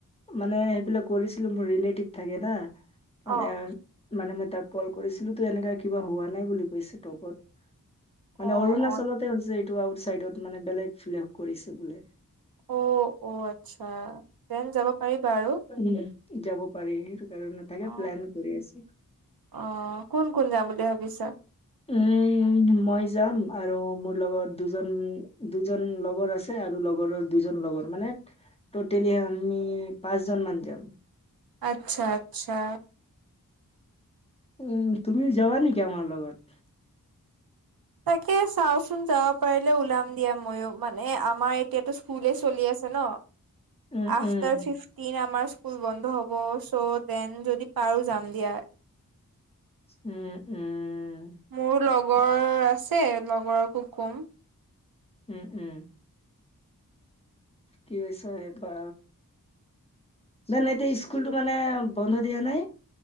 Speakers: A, on the left; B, on the right.
A: মানে সেইবিলাক কৰিছিলোঁ, মোৰ ৰিলেটিভ থাকে না? মানে-মানে
B: অ',
A: মই তাত কল কৰিছিলোঁ তো এনেকা কিবা হোৱা নাই বুলি কৈছে টপত।
B: অ',
A: অৰুণাচলতে
B: অ',
A: হৈছে আউট চাইডত মানে বেলেগ ফ্লে কৰিছে বোলে।
B: অ', অ', আচ্ছা। যেন যাব পাৰিবা আৰু?
A: উম, যাব পাৰি সেইটো কাৰণে থাকে
B: অ',
A: প্লান কৰি আছোঁ।
B: অ', কোন কোন যাম বুলি ভাবিছা।
A: উম মই যাম আৰু মোৰ লগত দুজন দুজন লগৰ আছে আৰু লগৰৰ দু লগৰ মানে টটেলি আমি পাঁচজন মান যাম।
B: আচ্ছা আচ্ছা
A: উম তুমি যাবা নেকি আমাৰ লগত
B: তাকে চাওঁচোন যাব পাৰিলে ওলাম দিয়া ময়ো মানে আমাৰ এতিটো স্কুল চলি আছে ন
A: উম
B: আফাটাৰ
A: উম
B: ফিফ্টিন স্কুল বন্ধ হ'ব চ' দেন যদি পাৰো যাম দিয়া।
A: উম উম।
B: মোৰ লগৰ আছে লগৰকো কম
A: উম উম। কি কৰিছা এ বা নাই নাই এ স্কুলটো মানে বন্ধ দিয়া নাই?